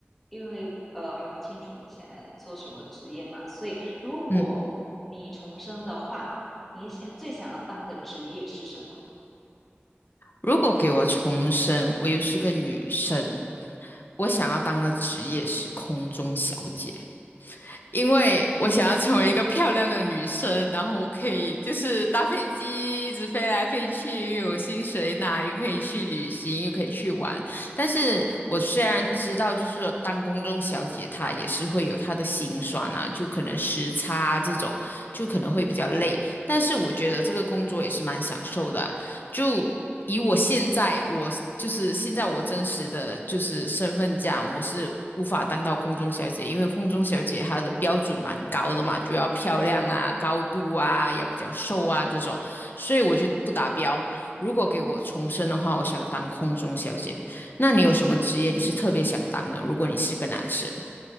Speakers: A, in the centre; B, on the left.
A: 因为呃还不清楚你现在做什么职业嘛，所以如果你重生的话，
B: 嗯，
A: 你想最想要当的职业是什么？
B: 如果给我重生，我又是个女生，我想要当的职业是空中小姐。因为我想要成为一个漂亮的女生，然后我可以就是搭飞机一直飞来飞去，又有薪水拿，又可以去旅行，又可以去玩。但是我虽然知道，就是说当公中小姐她也是会有她的辛酸啊，就可能时差啊这种，就可能会比较累。
A: 嗯
B: 但是我觉得这个工作也是蛮享受的啊就以我现在我就是现在我真实的就是身份讲，我是无法当到空中小姐，因为空中小姐她的标准蛮高的嘛，就要漂亮啊、高度啊，也比较瘦啊这种，所以我就不达标。如果给我重生的话，我想当空中小姐。那你有什么职业你是特别想当的？
A: 嗯，
B: 如果你是个男生，